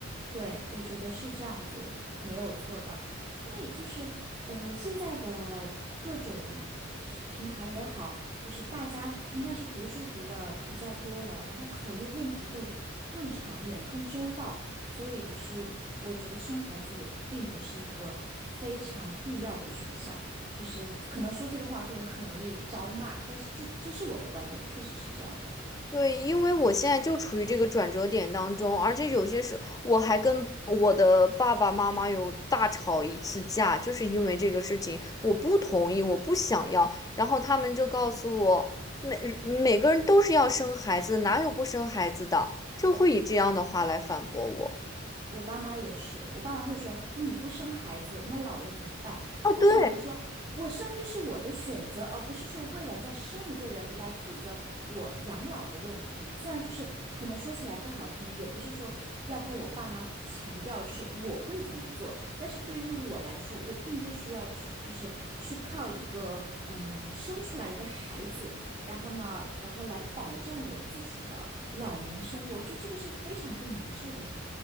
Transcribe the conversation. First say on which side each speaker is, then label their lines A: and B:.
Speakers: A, on the right; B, on the left.
A: 对，我觉得是这样子，没有错的。因为就是呃，现在的各种是平台也好，就是大家应该是读书读的比较多了，然后考虑问题会更长远、更周到，所以就是我觉得生孩子也并不是一个非常必要的选项。就是可能说这个话会很容易招骂，但是这这是我的观点，确实是这样的。
B: 对，因为我现在就处于这个转折点当中，而且有些时我还跟我的爸爸妈妈有大吵一次架，就是因为这个事情，我不同意，我不想要，然后他们就告诉我，每每个人都是要生孩子，哪有不生孩子的，就会以这样的话来反驳我。
A: 我爸妈也是，我爸妈会说：“那你不生孩子，那老了怎么办？”我想着说，
B: 哦，对，
A: 我生育是我的选择，而不是说为了再生一个人来负责我养老的问题。虽然就是可能说起来不好听，也不是说要跟我爸妈强调就是我会怎么做，但是对于我来说，我并不需要去就是去靠一个呃生出来一个孩子，然后呢，然后来保障我自己的老年生活。我觉得这个是非常不明智的呀。